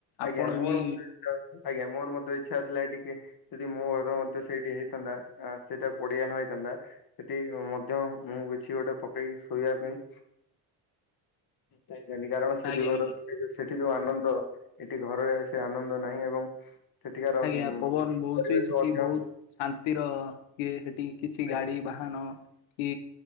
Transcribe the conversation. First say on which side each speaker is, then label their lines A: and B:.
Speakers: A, on the left (about 80°); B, on the left (about 55°).
A: ଆପଣ
B: ଆଜ୍ଞା ମୋର
A: ବି
B: ମୋର ମଧ୍ୟ୍ୟ ଇଛା ଆଜ୍ଞା ମୋର ମୋର ମଧ୍ୟ୍ୟ ଇଚ୍ଛା ହଉଥିଲା ଟିକେ। ଯଦି ମୋ ଘର ମଧ୍ୟ୍ୟ ସେଇଠି ହେଇଥାନ୍ତା ସେଇଟା ପଡିଆ ନ ହେଇଥାନ୍ତା। ସେଠି ମଧ୍ୟ୍ୟ ମୁଁ କିଛି ଗୋଟେ ପକେଇି ଶୋଇବା ପାଇଁ। ପାଇଥାନି କାରଣ ସେ
A: ଆଜ୍ଞା
B: ଯୁଗର
A: ଆଜ୍ଞା।
B: ସେ ଯୋଉ ସେଠି ଯୋଉ ଆନନ୍ଦ। ଏଠି ଘରରେ ସେ ଆନନ୍ଦ ନାହିଁ ଏବଂ ସେଠିକାର
A: ଆଜ୍ଞା
B: ଉ
A: ପବନ ବହୁଛି
B: ପରିବେଶ
A: ସେଠି
B: ମଧ୍ୟ
A: ବହୁତ
B: ଆଜ୍ଞା
A: ଶାନ୍ତିର ଇଏ ସେଠି କିଛି
B: ଆଜ୍ଞା
A: ଗାଡି ବା ଧାନ କି